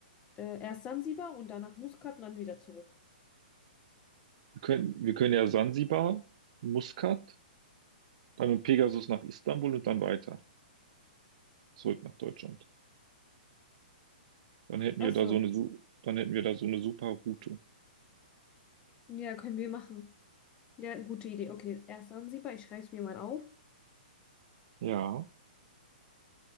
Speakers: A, on the left; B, on the right.
A: äh, erst Sansibar und danach Muskat und dann wieder zurück.
B: Wir können, wir können ja Sansibar, Muscat, dann mit Pegasus nach Istanbul und dann weiter zurück nach Deutschland. Dann hätten
A: Ach
B: wir
A: so,
B: da so eine, su- dann hätten wir da so eine super Route.
A: ja, können wir machen. Ja, gute Idee. Okay, erst Sansibar, ich schreibe es mir mal auf.
B: Ja,